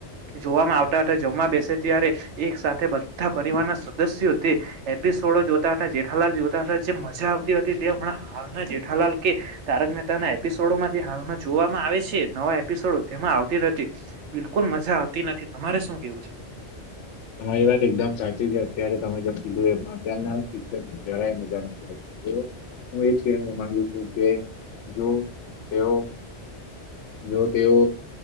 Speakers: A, on the right; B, on the left.
A: જોવામાં આવતા હતા જમવા બેસે ત્યારે એક સાથે બધા પરિવારના સદસ્યો તે, એપિસોડો જોતા હતા જેઠાલાલ જોતા હતા જે મજા આવતી હતી તે હમણાં હાલ જેઠાલાલ કે, તારક મહેતા ના એપિસોડોમાંથી હાલમાં જોવામાં આવે છે નવા એપિસોડો તેમાં આવતી નથી બિલકુલ મજા આવતી નથી તમારે શું કેવું છે.
B: તમારી વાત એકદમ સાચી જ ત્યારે તમે જેમ કીધું એમાં અતારના પિક્ચર જરા મજા નથી હું એજ કહેવા માંગુ છું કે જો તેઓ. જો તેઓ